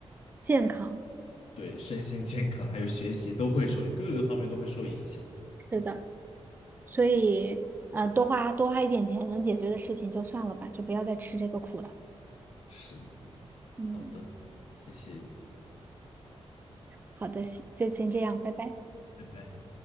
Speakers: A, on the right; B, on the left.
A: 健康。
B: 对，身心健康还有学习都会受，各个方面都会受影响。
A: 是的，所以呃，多花多花一点钱能解决的事情就算了吧，就不要再吃这个苦了。
B: 是的，
A: 嗯，
B: 好的，谢谢你
A: 好的，行就先这样，拜拜。
B: 拜拜。